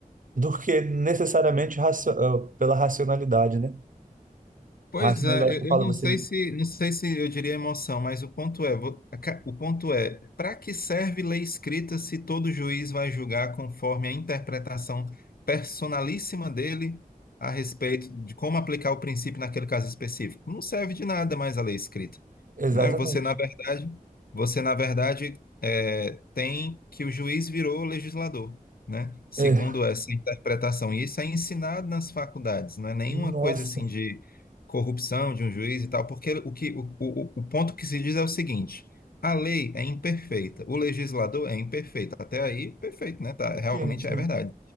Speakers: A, on the right; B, on the left.
A: do que necessariamente racio- eh, pela racionalidade, né?
B: Pois
A: Racionalidade
B: é,
A: que
B: eu,
A: eu falo,
B: eu não
A: você.
B: sei se, não sei se eu diria emoção, mas o ponto é, vo- a ca- o ponto é, para que serve lei escrita se todo juiz vai julgar conforme a interpretação personalíssima dele a respeito de como aplicar o princípio naquele caso específico? Não serve de nada mais a lei escrita,
A: Exatamente.
B: né? Você, na verdade, você, na verdade, é, tem que o juiz virou legislador. né? Segundo
A: É,
B: essa interpretação, e isso é ensinado nas faculdades, não é nenhuma
A: nossa,
B: coisa assim corrupção de um juiz e tal, porque o que, o, o, o ponto que se diz é o seguinte: a lei é imperfeita, o legislador é imperfeito. Até aí, perfeito, né? Tá, realmente
A: sim, sim.
B: é verdade.